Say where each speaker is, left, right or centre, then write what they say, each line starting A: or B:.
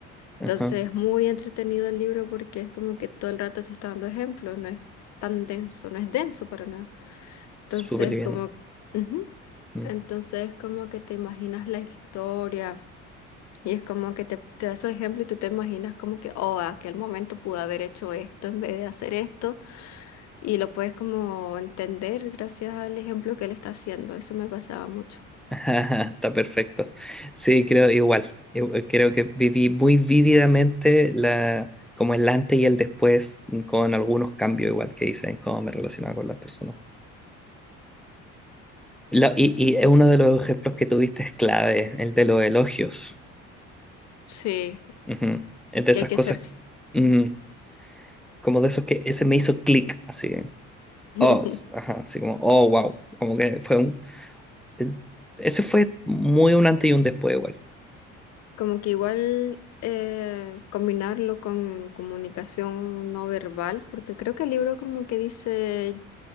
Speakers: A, on the left; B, in the centre.
A: Entonces,
B: Ajá,
A: es muy entretenido el libro porque es como que todo el rato te está dando ejemplos, no es tan denso, no es denso para nada. Entonces,
B: súper liviana.
A: como, ujú,
B: Mm.
A: Entonces, como que te imaginas la historia. Y es como que te, te da su ejemplo y tú te imaginas como que, oh, aquel momento pude haber hecho esto en vez de hacer esto. Y lo puedes como entender gracias al ejemplo que él está haciendo. Eso me pasaba mucho.
B: <laughs> Está perfecto. Sí, creo igual. Yo creo que viví muy vívidamente la, como el antes y el después mm, con algunos cambios igual que hice en cómo me relacionaba con las personas. Lo- y, y es uno de los ejemplos que tuviste es clave, el de los elogios.
A: Sí,
B: Ujú. Es de
A: que
B: esas
A: hay que
B: cosas,
A: ser s-
B: ujú, como de esos que ese me hizo clic, así.
A: <laughs>
B: Oh, s- ajá, así como, oh, wow. Como que fue un... eh, Ese fue muy un antes y un después igual.
A: como que igual eh, combinarlo con comunicación no verbal, porque creo que el libro como que dice